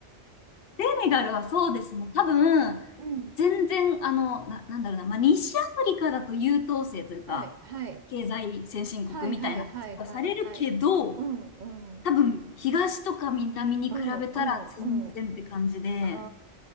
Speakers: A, on the left; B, on the right.
A: ネガルはそうですね。多分、
B: うん。
A: 全然、あの、な、なんだろうな、まあ、西アフリカだと優等生というか、
B: はい、はい、
A: 経済先進国みたいな扱いされるけど、
B: はい、はい、はい、はい、はい。うん、うん、
A: 多分、東とか南に比べたら全然って感じで、
B: うん、うん、うん。あ